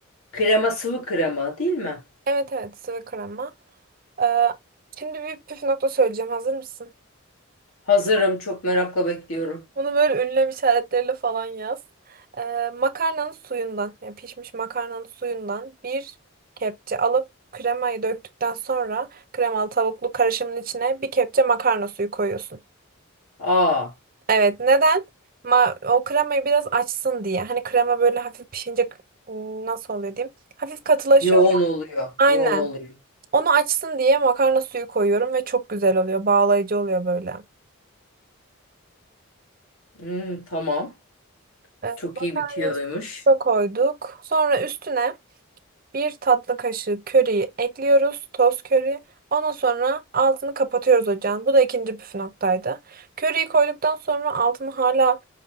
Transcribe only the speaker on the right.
Evet evet sıvı krema. Ee, şimdi bir püf nokta söyleyeceğim. Hazır mısın?
Bunu böyle ünlem işaretleriyle falan yaz. Ee, makarnanın suyundan, yani pişmiş makarnanın suyundan bir kepçe alıp kremayı döktükten sonra kremalı tavuklu karışımın içine bir kepçe makarna suyu koyuyorsun.
Evet, neden? Ma o kremayı biraz açsın diye. Hani krema böyle hafif pişince k- nasıl oluyor diyeyim? Hafif katılaşıyor
ya.
Aynen.
Onu açsın diye makarna suyu koyuyorum ve çok güzel oluyor. Bağlayıcı oluyor böyle.
Ee,
makarna
suyu da koyduk. Sonra üstüne Bir tatlı kaşığı köriyi ekliyoruz. Toz köri. Ondan sonra altını kapatıyoruz ocağın. Bu da ikinci püf noktaydı. Köriyi koyduktan sonra altını hala